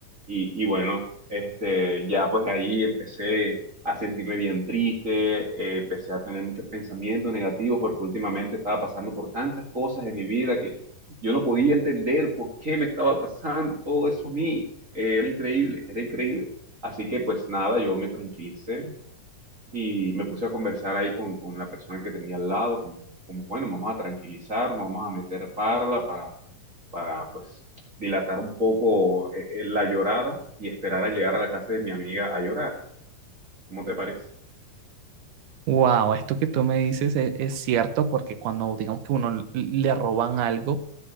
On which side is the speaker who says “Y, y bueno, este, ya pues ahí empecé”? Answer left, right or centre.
Right